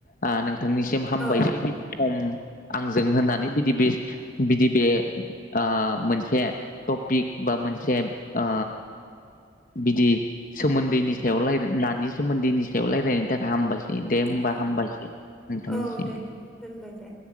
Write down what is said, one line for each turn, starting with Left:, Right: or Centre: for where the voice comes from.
Left: ओ नोंथांनिसिम हामबायसै
Centre: औ
Left: बिदि सम आंजों होननानै बिदि बे बिदि बे ओ मोनसे ओ टपिक बा मोनसे ओ बिदि सोमोन्दैनि सायाव लायराय नानि सोमोन्दैनि सायाव रायलायनायनि थाखाय हामबाय दे होमबा
Centre: औ
Left: हामबायसै नोंथांनिसिम।
Centre: औ दे दोनबाय दे।